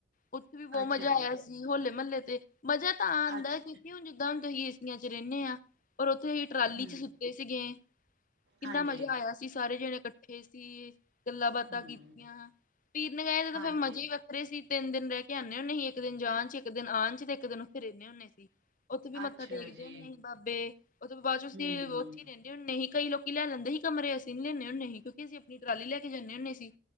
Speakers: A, on the left; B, on the right.
A: ਉੱਥੇ ਵੀ ਬਹੁਤ
B: ਅੱਛਾ
A: ਮਜ਼ਾ
B: ਜੀ
A: ਆਇਆ ਸੀ ਹੋਲੇ ਮਹੱਲੇ ਤੇ ਮਜ਼ਾ ਤਾਂ ਆਂਦਾ
B: ਅੱਛ
A: ਐ ਕਿਉਂਕਿ ਹੁਣ ਜਿੱਦਾਂ ਹੁਣ ਤੁਸੀਂ ਚ ਰਹਿੰਨੇ ਆ, ਪਰ ਉੱਥੇ ਹੀ ਟਰਾਲੀ
B: ਹੂੰ
A: ਚ ਸੁੱਤੇ ਸੀਗੇ ਕਿੰਨਾ
B: ਹਾਂਜੀ
A: ਮਜ਼ਾ ਆਇਆ ਅਸੀ ਸਾਰੇ ਜਣੇ ਇਕੱਠੇ ਸੀ, ਗੱਲਾਂ ਬਾਤਾਂ
B: ਹੂੰ
A: ਕੀਤੀਆਂ ਪੀਰਨ ਗਏ ਤੇ ਤਾਂ
B: ਹਾਂਜੀ
A: ਫੇਰ ਮਜੇ ਈ ਖਰੇ ਅ ਤਿੰਨ ਦਿਨ ਰਹਿ ਕੇ ਆਨੇ ਹੁੰਦੇ ਸੀ ਇੱਕ ਦਿਨ ਜਾਣ ਚ ਇੱਕ ਦਿਨ ਆਣ ਚ ਤੇ ਇੱਕ ਦਿਨ ਉਥੇ ਰਹਨੇ ਹੁੰਦੇ ਸੀ। ਉੱਥੇ ਵੀ ਮੱਥਾ
B: ਅੱਛਾ
A: ਟੇਕਦੇ
B: ਜੀ
A: ਹੁੰਦੇ ਸੀ ਬਾਬੇ, ਉਥੋਂ ਬਾਅਦ ਚ ਅਸੀਂ
B: ਹੂੰ
A: ਉੱਥੇ ਈ ਰਹਿੰਦੇ ਹੁੰਨੇ ਸੀ ਕਈ ਲੋਕ ਲੈ ਲੈਂਦੇ ਈ ਕਮਰੇ ਅਸੀਂ ਨੀ ਲੈਂਨੇ ਹੁੰਨੇ ਸੀ ਕਿਉਂਕ ਅਸੀਂ ਆਪਣੀ ਟਰਾਲੀ ਲੈ ਕੇ ਜਾਨੇ ਹੁੰਨੇ ਸੀ।